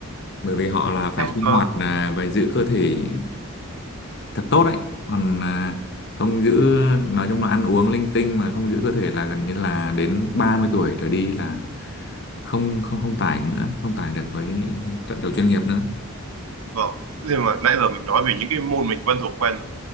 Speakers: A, on the left; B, on the right.
A: Bởi vì họ là phải sinh
B: Ờ,
A: hoạt à, và giữ cơ thể thật tốt đấy còn à, không giữ nói chung là ăn uống linh tinh mà không giữ cơ thể là gần như là đến 30 tuổi trở đi là không không không tải nữa không tải được với trận đấu chuyên nghiệp nữa
B: vâng. Nhưng mà nãy giờ mình nói về những cái môn mình quen thuộc quen rồi